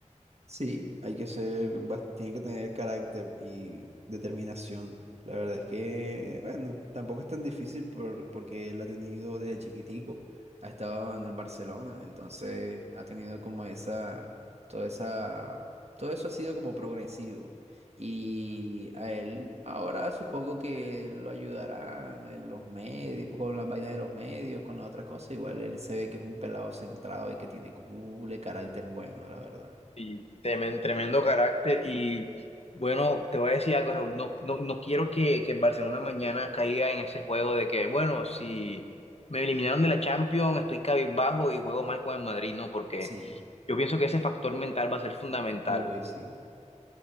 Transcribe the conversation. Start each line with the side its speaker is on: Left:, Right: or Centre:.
Right: Sí, hay que ser, bas- tiene que tener carácter y determinación. La verdad es que, bueno, tampoco es tan difícil por- porque él ha tenido desde chiquitico, ha estado en el Barcelona, entonces ha tenido como esa, toda esa, todo eso ha sido como progresivo. Y a él ahora supongo que lo ayudarán en los medios, con las vainas de los medios, con las otras cosas. Igual él se ve que es un pelado centrado y que tiene un carácter bueno, la verdad.
Left: Sí, temen- tremendo carácter y bueno, te voy a decir algo, Raúl, no, no, no quiero que, que el Barcelona mañana caiga en ese juego de que, bueno, si me eliminaron de la Champions, estoy cabizbajo y juego mal con el Madrid, no, porque
Right: Sí,
Left: yo pienso que ese factor mental va a ser fundamental,
Right: uy, sí,